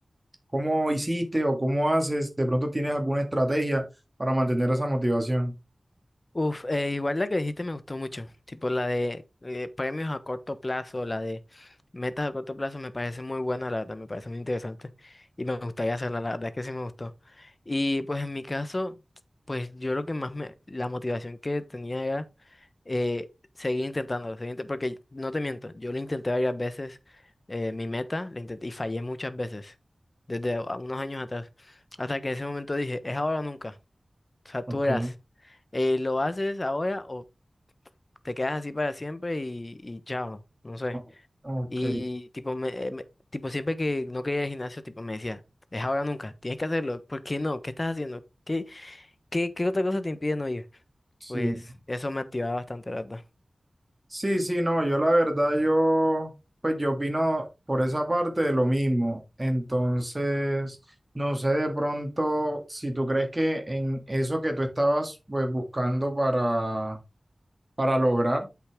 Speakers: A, on the right; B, on the left.
A: cómo hiciste o cómo haces, de pronto tienes alguna estrategia para mantener esa motivación.
B: Uf, eh, igual la que dijiste me gustó mucho, tipo la de eh, premios a corto plazo, la de metas a corto plazo me parece muy buena, la verdad, me parece muy interesante y me gustaría hacerla, la verdad es que sí me gustó. Y pues en mi caso, pues yo lo que más me, la motivación que tenía era eh, seguir intentándolo, seguir inte- porque no te miento, yo lo intenté varias veces, eh, mi meta, la intenté y fallé muchas veces, desde a- unos años atrás, hasta que en ese momento dije, es ahora o nunca saturas.
A: Ok,
B: Eh, ¿lo haces ahora o te quedas así para siempre y, y chao? No sé.
A: o- ok,
B: Y tipo, me, eh, me- tipo, siempre que no quería ir al gimnasio, tipo, me decía, es ahora o nunca, tienes que hacerlo. ¿Por qué no? ¿Qué estás haciendo? ¿Qué, qué, qué otra cosa te impide no ir?
A: sí.
B: Pues eso me activaba bastante, la verdad.
A: Sí, sí, no, yo la verdad, yo, pues yo opino por esa parte de lo mismo. Entonces, no sé de pronto si tú crees que en eso que tú estabas pues buscando para, para lograr